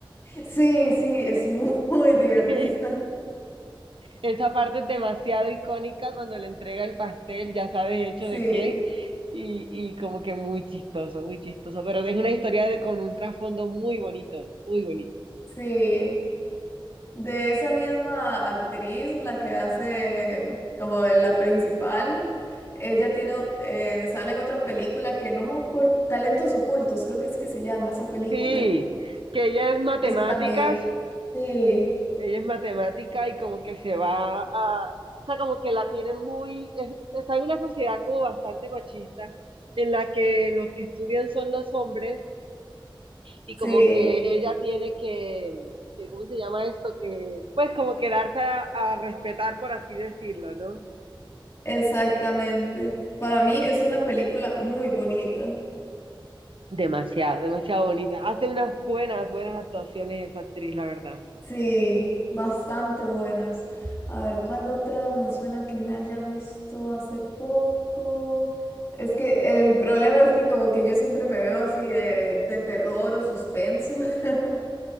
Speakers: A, on the left; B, on the right.
A: sí, sí, es <laughs> muy divertida.
B: <laughs> Esa parte es demasiado icónica cuando le entrega el pastel, ya sabes hecho
A: Sí,
B: de qué, y, y como que muy chistoso, muy chistoso, pero es una historia de- con un trasfondo muy bonito, muy bonito.
A: sí. De esa misma actriz, la que hace mm, como de la principal, ella tiene, ot- eh, sale en otra película que no me acuerdo, Talentos Ocultos, creo que es que se llama esa película.
B: Sí, que ella es matemáticas,
A: Esa también. Sí,
B: ella es matemática y como que se va a, o sea, como que la tienen muy, es- está en una sociedad como bastante machista, en la que los que estudian son los hombres y
A: sí,
B: como que ella tiene que, que, ¿cómo se llama esto? Que, pues como que darse a, a respetar, por así decirlo, ¿no?
A: exactamente. Para mí es una película muy bonita.
B: Demasiado, demasiado bonita. Hace unas buenas, buenas actuaciones esa actriz, la verdad.
A: Sí, bastante buenas. A ver, ¿cuál otra me suena que me haya visto hace poco? Es que el problema es que como que yo siempre me veo así de, de terror o suspenso. <laughs>